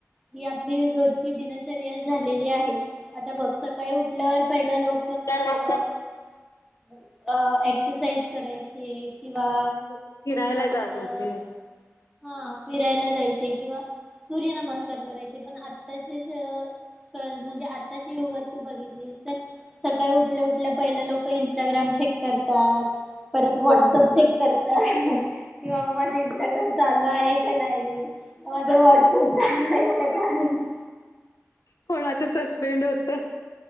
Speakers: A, in the centre; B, on the left.
A: ही आपली रोजची दिनचर्या झालेली आहे. आता बघ, सकाळी उठल्यावर पहिला लोक...
B: त्या लोक
A: अं, एक्सरसाइज करायची. किंवा
B: फिरायला जात
A: अं...
B: होते
A: हा, फिरायला जायचं किंवा सूर्यनमस्कार करायचे, पण आत्ताचे... क म्हणजे, आताच्या युगात तू बघितलीस तर... सकाळी उठल्या उठल्या पहिले लोक इंस्टाग्राम चेक करतात. परत व्हॉट्सअॅप
B: हो मोबाईल
A: चेक
B: घेतला
A: करत की, माझं इंस्टाग्राम... चालू आहे का नाही? माझं व्हॉट्सअॅप चालू आहे का नाही?
B: कोणाचं सस्पेंड होतं.